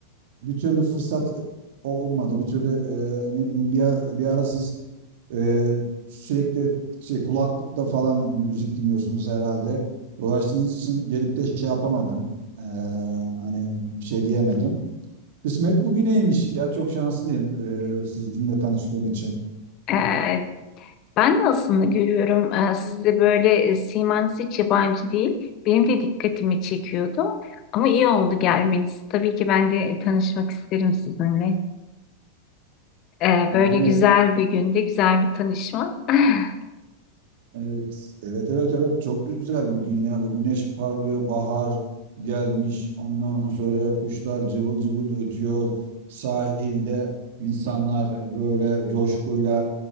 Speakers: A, on the right; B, on the left.
A: bir türlü fırsat olmadı. Bir türlü e, ne bileyim bir, a- bir ara siz e, sürekli şey kulaklıkla falan müzik dinliyorsunuz herhalde. Dolaştığınız için gelip de şey yapamadım. E, hani bir şey diyemedim. Kısmet bugüneymiş ya. Çok şanslıyım e, sizinle tanıştığım için.
B: Ee, ben de aslında görüyorum ee, sizde böyle e, simanız hiç yabancı değil. Benim de dikkatimi çekiyordu. Ama iyi oldu gelmeniz. Tabii ki ben de tanışmak isterim sizinle. Ee,
A: Yani
B: böyle güzel bir günde güzel bir tanışma. <laughs>
A: Evet, evet, evet, evet. Çok güzel bugün ya. Bu güneş parlıyor, bahar gelmiş. Ondan sonra kuşlar cıvıl cıvıl ötüyor. Sahilde insanlar böyle coşkuyla